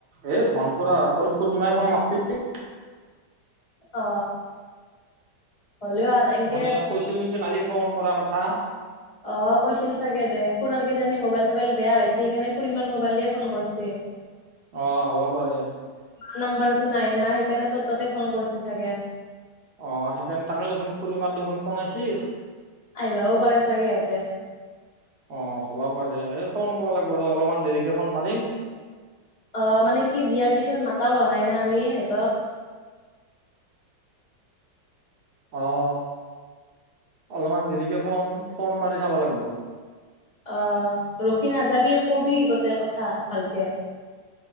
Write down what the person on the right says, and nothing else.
এই ধন খুৰা তোৰ খুড়ীমাই ফোণ মাছিল <unintelligible> <unintelligible>
মানে কৈছিল নেকি কালি ফোন কৰা কথা
অ হ'বা পাৰে
অ সেইকাৰণে তাকে দেখোন খুড়ী মাৰ দেখোন ফোন আইছি।
অ হ'বা পাৰে এই ফোন কৰবা লাগব ৰ অলপমান দেৰিকে ফোন মাৰিম।
অ' অলপমান দেৰিকে ফোন ফোন মাৰি চাবা লাগব।